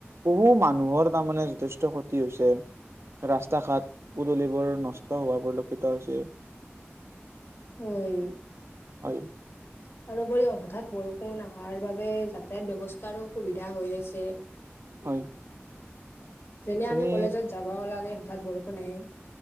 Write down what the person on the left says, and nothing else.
হয়।
তাৰোপৰি হঠাৎ বৰষুণ অহাৰ বাবে যাতায়াত ব্যৱস্থাৰো অসুবিধা হৈ আছে
যেনে
আমি কলেজত যাবা অলাগে হঠাৎ বৰষুণ আহে।